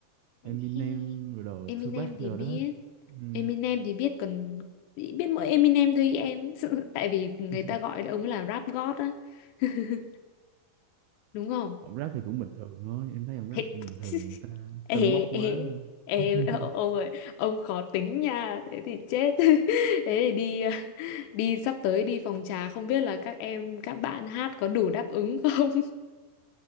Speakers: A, on the left; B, on the right.
A: <laughs>
B: Eminem rồi đồ
A: Eminem
B: Tupac
A: thì
B: rồi
A: biết
B: đó Ừm.
A: Eminem thì biết còn biết mỗi Eminem thôi em <laughs> tại vì người
B: <laughs>
A: ta gọi ông là rap god á <laughs> đúng không
B: Ông rap thì cũng bình thường thôi Em thấy ông
A: Thế-
B: rap cũng bình thường
A: <laughs>
B: Người ta
A: ê,
B: tâng bốc quá
A: ê,
B: thôi
A: ê,
B: <laughs>
A: ông ơi ông khó tính nha thế thì chết <laughs> thế thì đi <laughs> ờ, đi sắp tới đi phòng trà không biết là các em các bạn hát có đủ đáp ứng không